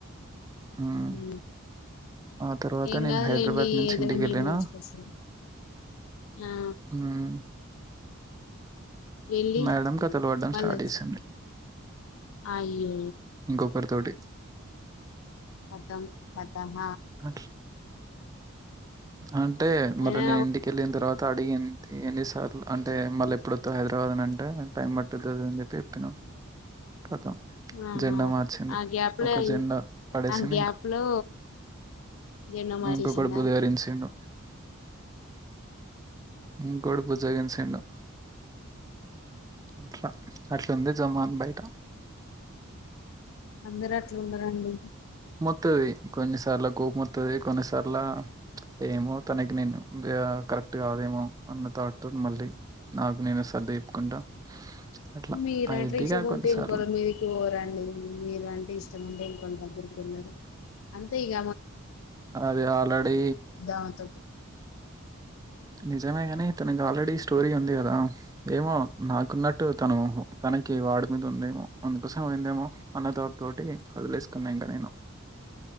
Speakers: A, on the right; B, on the left.
A: మ్మ్
B: హు.
A: ఆ తర్వాత
B: ఏంకాదు
A: నేను హైదరాబాద్
B: లేండి
A: నుంచి
B: ఏదైనా
A: ఇంటికి వెళ్ళిన
B: మీ మంచి కోసం ఆ
A: మ్మ్
B: వెళ్ళి
A: మేడం కథలు పడ్డం
B: మళ్ళొచ్చి
A: స్టార్ట్ చేసింది
B: అయ్యో
A: ఇంకొకరితోటి
B: మొత్తం మత్తహ
A: అట్లా అంటే
B: అయినా
A: మరి నేను ఇంటికెళ్ళిన తర్వాత అడిగన్ ఎన్ని సార్లు అంటే మళ్ళీ ఎప్పుడోత్తవ్ హైదరాబాద్ అని అంటే టైం పట్టిద్ది అది అని చెప్పి చెప్పినాను కతం
B: ఆహా
A: జెండా మార్చింది
B: ఆ గ్యాప్ లో
A: ఒక జెండా పడేసింది
B: ఆ గ్యాప్
A: ఇంక
B: లో జీర్ణం వచ్చేసిందా
A: ఇంకొకడు బుధకరించిండు ఇంకోడు బుజ్జాగించిండు అట్లా అట్లుంది జమాన్ బయట
B: అందరు అట్లా ఉండారండి
A: త్తాది కొన్నిసార్లు కోపంత్తాది కొన్నిసార్ల ఏమో తనకి నేను కరెక్ట్ కాదేమో అన్న తాడ్తోటి మళ్ళీ నాకు నేను సర్ది చెప్పుకుంటా అట్లా
B: మీరంటే
A: అయిద్దిగా
B: ఇష్టం
A: కొన్నిసార్లు
B: ఉంటే ఇంకోరి మీదికిపోరండి మీరు అంటే ఇష్టము ఉండేం అంతే ఇగ
A: అది ఆల్రడీ
B: ఆమెతోటి
A: నిజమే కాని తనకి ఆల్రెడీ స్టోరీ ఉంది కదా ఏమో నాకున్నట్టు తను తనకి వాడి మీద ఉందేమో అందుకోసం పోందేమో అన్నథాట్ తోటి వదిలేసుకున్నా ఇంకా నేను